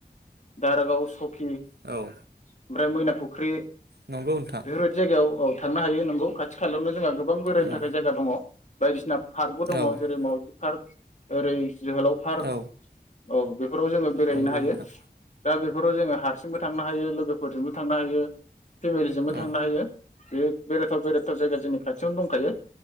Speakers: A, on the left (about 45°); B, on the right (about 80°).
A: दारागाव सकि ओमफ्राय
B: औ
A: मैनाफुख ख्रि
B: नंगौ नोंथां
A: बेफोरबायदि जायगायाव औ थांनो हायो नंगौ खाथि खालायावनो जोंहा गोबां बेरायनो
B: औ
A: थाखाय जायगा दङ। बायदिसिनाब पार्कबो दङ
B: औ
A: जेरै- मावजि पार्क ओरै- जोहोलाव पार्क
B: औ
A: औ बेब फोराव जोङो बेरायहैनो
B: नंगौ
A: हायो
B: नोंथां
A: दा बेफोराव जोङो हारसिंबो थांनो हायो लोगोफोरजोंबो थांनो हायो। फेमिलिजोंबो थांनो
B: औ
A: हायो। बे बेेरायथाव बेराथाव जाया जोंनि खाथियावनो दंखायो।